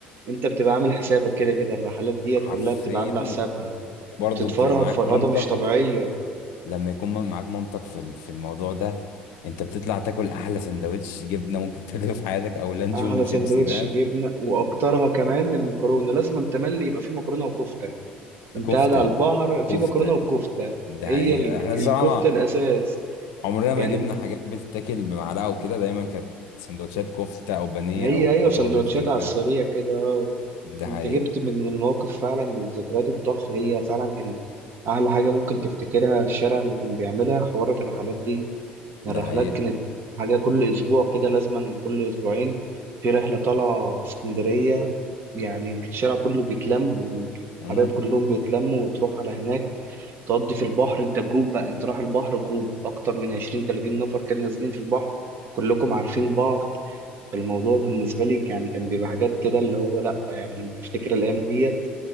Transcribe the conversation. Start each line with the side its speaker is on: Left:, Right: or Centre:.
Right: انت بتبقى عامل حسابك كده كده الرحلات ديت
Left: حرفيا
Right: كلها بتبقى عاملة حسابها
Left: برضو
Right: بتتفرهد
Left: بتبقى معاك
Right: فرهدة
Left: مامتك
Right: مش طبيعية
Left: لما يكون معاك مامتك في ال- في الموضوع ده انت بتطلع تاكل احلى سندوتش جبنه ممكن <laughs> تاكله في حياتك او لانشون
Right: احلى
Left: وشيبسي
Right: سندوتش
Left: فاهم
Right: جبنه واكترها كمان المكرونه لازم أن تملي يبقى فيه مكرونه وكفته انت
Left: كفته
Right: قاعد على البحر فيه
Left: كفته
Right: مكرونه وكفته
Left: ده
Right: هي
Left: حقيقة
Right: ال-
Left: احنا الصراحة
Right: الكفته الاساس
Left: عمرنا
Right: يعني
Left: ما جبنا حاجات بتتاكل بمعلقة وكده دايما كانت سندوتشات كفتة أو بانيه
Right: هي
Left: أو
Right: ايوه
Left: بطاطس
Right: سندوتشات
Left: كده
Right: على
Left: فاهم
Right: السريع كده اه
Left: ده
Right: انت
Left: حقيقة
Right: جبت من الموقف فعلا من الذكريات التحفه هي فعلا كانت احلى حاجه ممكن تفتكرها الشارع اللي كان بيعملها حوار الرحلات دي الرحلات
Left: ده حقيقة
Right: كانت حاجة كل أسبوع كده لازما كل أسبوعين في رحلة طالعة اسكندرية يعني الشارع كله بيتلم والحبايب
Left: امم
Right: كلهم بيتلموا وتروح على هناك تقضي في البحر أنت جروب بقى أنت رايح البحر جروب أكتر من عشرين تلاتين نفر كده نازلين في البحر كلكم عارفين بعض فالموضوع بالنسبة لي يعني كان بيبقى حاجات كده اللي هو لأ يعني لما بفتكر الأيام ديت